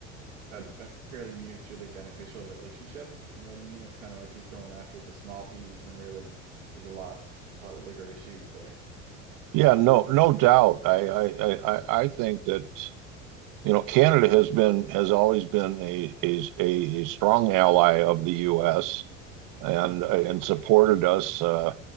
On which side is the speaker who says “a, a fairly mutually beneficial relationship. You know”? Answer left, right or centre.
Right